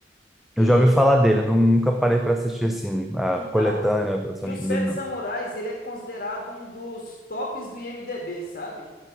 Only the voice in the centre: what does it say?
Eu
já ouvi falar dele. Eu nunca parei para assistir assim a
coletânea, a produção
de
filme dele, não.